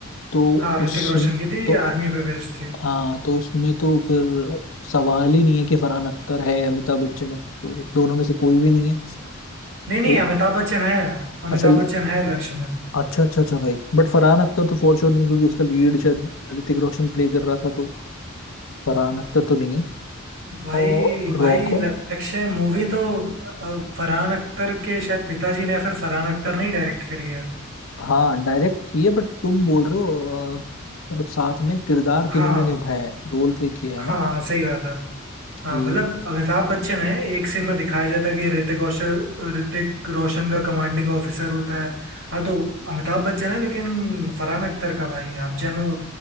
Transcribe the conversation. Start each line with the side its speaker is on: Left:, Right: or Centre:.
Left: तो
Right: हाँ ऋतिक
Left: उस
Right: रोशन की थी
Left: तो
Right: आर्मी पे बेस्ड थी
Left: हाँ तो उसमें तो फिर सवाल ही नहीं है कि फरहान अख्तर है या अमिताभ बच्चन है तो दोनों में से कोई भी नहीं है
Right: नहीं नहीं
Left: ए,
Right: अमिताभ बच्चन है अमिताभ
Left: अच्छा
Right: बच्चन है लक्ष्य में
Left: अच्छा अच्छा अच्छा भाई बट फरहान अख्तर तो फॉर श्योर नहीं क्योंकि उसका लीड शायद ऋतिक रोशन प्ले कर रहा था तो फरहान अख्तर तो नहीं है
Right: भाई
Left: और
Right: भाई
Left: रॉकवन
Right: लक्ष्य मूवी तो अ, अ, फरहान अख्तर के शायद पिताजी ने या फिर फरहान अख्तर ने ही डायरेक्ट करी है
Left: हाँ डायरेक्ट किए बट तुम बोल रहे हो अ, मतलब साथ में किरदार
Right: हाँ
Left: किन्होंने निभाया है रोल प्ले किया है
Right: हाँ
Left: ना
Right: सही बात है
Left: ठीक
Right: हाँ मतलब अमिताभ बच्चन है एक सीन में दिखाया जाता है कि ऋतिक रोशन ऋतिक रोशन का कमांडिंग ऑफिसर होता है हाँ तो अमिताभ बच्चन है लेकिन फरहान अख्तर का भाई है। आप जानो